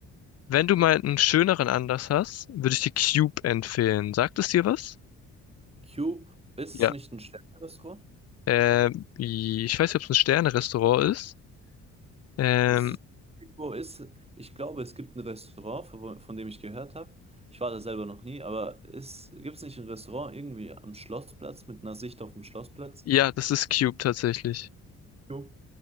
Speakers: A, on the left; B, on the right.
A: Wenn du mal einen schöneren Anlass hast, würde ich dir Cube empfehlen. Sagt es dir was?
B: Cube, ist
A: Ja.
B: es nicht ein Sterne-Restaurant?
A: Ähm, ich weiß nicht, ob es ein Sterne-Restaurant ist. Ähm,
B: Ist es, ist, wo ist, ich glaube, es gibt ein Restaurant, von, von dem ich gehört habe. Ich war da selber noch nie, aber ist, gibt es nicht ein Restaurant irgendwie am Schlossplatz mit einer Sicht auf den Schlossplatz?
A: ja, das ist Cube tatsächlich.
B: Cube.